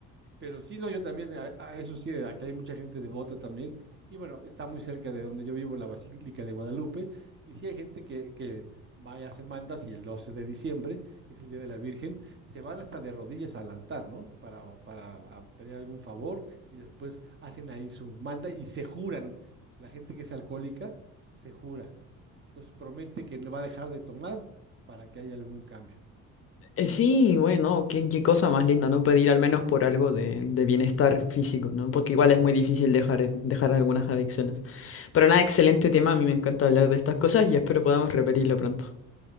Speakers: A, on the right; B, on the left.
A: Pero sí, no, yo también, a, a eso sí, aquí hay mucha gente devota también. Y bueno, está muy cerca de donde yo vivo, la Basílica de Guadalupe. Y sí hay gente que, que va y hace mandas y el 12 de diciembre, que es el Día de la Virgen, se van hasta de rodillas al altar, ¿no? Para, para a pedir algún favor y después hacen ahí su manda y se juran. La gente que es alcohólica se jura. Entonces promete que no va a dejar de tomar para que haya algún cambio.
B: Eh, sí, bueno, qué, qué cosa más linda, ¿no? Pedir al menos por algo de, de bienestar físico, ¿no? Porque
A: Exacto,
B: igual es muy
A: exacto.
B: difícil dejar, dejar algunas adicciones. Pero nada, excelente tema, a mí me encanta hablar de estas cosas y espero podamos repetirlo pronto.